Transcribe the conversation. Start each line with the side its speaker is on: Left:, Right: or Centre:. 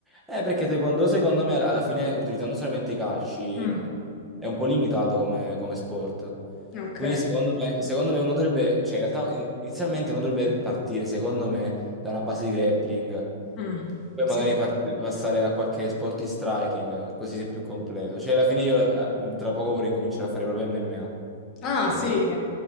Centre: Eh, perché Taekwondo secondo me alla fine utilizzando solamente i calci
Left: Mm,
Centre: è un po' limitato come, come sport.
Left: ok.
Centre: Quindi secondo me, secondo me uno dovrebbe, cioè in realtà in- inizialmente uno dovrebbe partire secondo me da una base di grappling,
Left: Mm,
Centre: poi
Left: sì.
Centre: magari part- passare a qualche sport di striking, così sei più completo. Cioè alla fine io eh, tra poco vorrei incominciare a fare proprio MMA.
Left: Ah,
Centre: Così,
Left: sì.